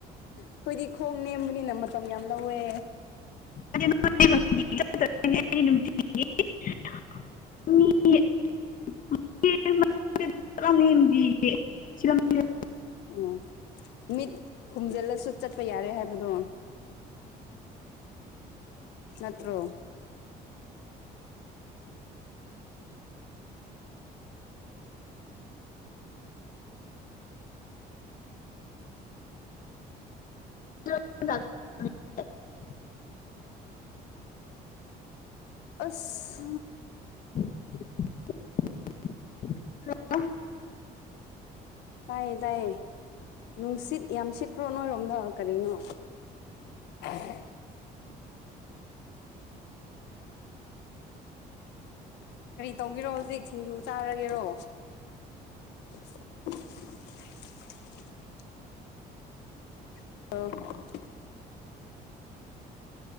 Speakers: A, on the left; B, on the left.
A: ꯑꯈꯣꯏꯗꯤ ꯈꯣꯡ ꯅꯦꯝꯕꯅꯤꯅ ꯃꯇꯝ ꯌꯥꯝ ꯂꯧꯋꯦ꯫
B: <unintelligible> <unintelligible>
A: ꯑꯣ ꯃꯤꯠ ꯈꯨꯝꯖꯜꯂꯁꯨ ꯆꯠꯄ ꯌꯥꯔꯦ ꯍꯥꯏꯕꯗꯣ ꯅꯠꯇ꯭ꯔꯣ
B: <unintelligible>
A: ꯑꯁ
B: <unintelligible>
A: ꯇꯥꯏꯌꯦ ꯇꯥꯏꯌꯦ ꯅꯨꯡꯁꯤꯠ ꯌꯥꯝ ꯁꯤꯠꯄ꯭ꯔꯣ ꯅꯣꯏꯔꯣꯝꯗ ꯀꯔꯤꯅꯣ? <unintelligible> ꯀꯔꯤ ꯇꯧꯒꯦꯔꯣ ꯍꯧꯖꯤꯛ ꯁꯤꯡꯖꯨ ꯆꯥꯔꯒꯦꯔꯣ? <unintelligible> <unintelligible>